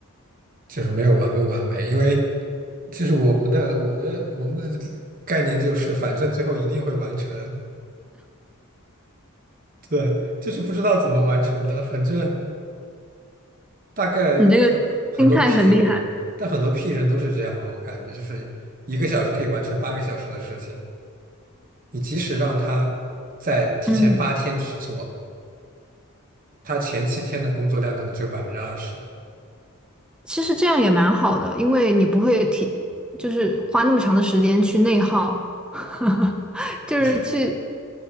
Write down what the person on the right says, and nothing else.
就是没有完没完美。因为就是我们的我的我们的概念就是，反正最后一定会完成。对，就是不知道怎么完成的，反正大概很很多
P 人，但很多 P 人都是这样吧，我感觉就是一个小时可以完成八个小时的事情。你即使让他在提前八天去做，
他前七天的工作量可能只有百分之二十，
不是